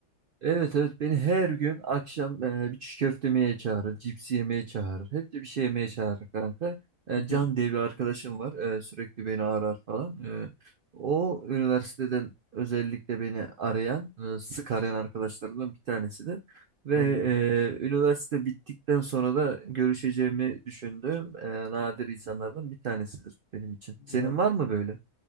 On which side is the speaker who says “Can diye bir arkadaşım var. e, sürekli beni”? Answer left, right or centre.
Right